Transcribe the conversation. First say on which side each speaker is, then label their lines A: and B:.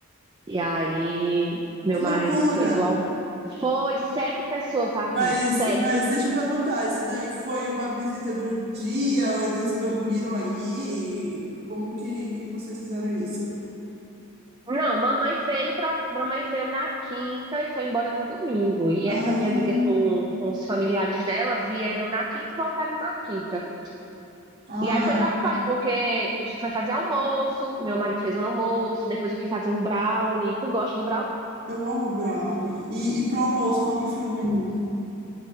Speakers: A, on the right (about 20°); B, on the right (about 40°).
A: E aí, meu
B: Que loucura!
A: marido fez o almoço. Foi sete pessoas aqui,
B: Mas,
A: sete.
B: mas deixa eu perguntar, isso daí foi uma visita de um dia ou eles dormiram aí? Como que, que vocês fizeram isso?
A: Não, mamãe veio pra, mamãe veio na quinta e foi embora no domingo. E
B: Ah,
A: essa minha amiga com, com os familiares dela vieram na quinta e voltaram na quinta.
B: ah,
A: E aí foi trabalho, porque a gente foi fazer almoço, meu marido fez um almoço, depois eu fui fazer um brownie. Tu gosta de brownie?
B: eu amo brownie. E, e pro almoço, qual que foi o menu?